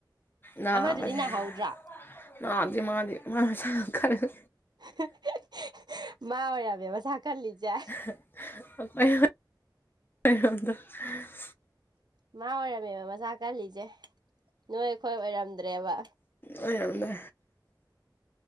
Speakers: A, on the left (about 25°); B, on the right (about 60°).
A: ꯅꯥꯕꯁꯦ
B: ꯑꯃꯗꯨꯗꯤ ꯅꯥꯍꯧꯗ꯭ꯔꯥ
A: <unintelligible> ꯅꯥꯗꯦ ꯃꯥꯗꯤ ꯃꯥ ꯃꯁꯥ ꯌꯥꯝ ꯀꯜꯂꯦ
B: <unintelligible> ꯃꯥ ꯑꯣꯏꯔꯝꯃꯦ ꯃꯥꯁꯥ ꯀꯜꯂꯤꯖꯦ
A: <unintelligible> <unintelligible>
B: ꯃꯥ ꯑꯣꯏꯔꯝꯃꯦꯕ ꯃꯁꯥ ꯀꯜꯂꯤꯁꯦ ꯅꯣꯏ ꯑꯩꯈꯣꯏ ꯑꯣꯏꯔꯝꯗ꯭ꯔꯦꯕ
A: ꯑꯣꯏꯔꯝꯗ꯭ꯔꯦ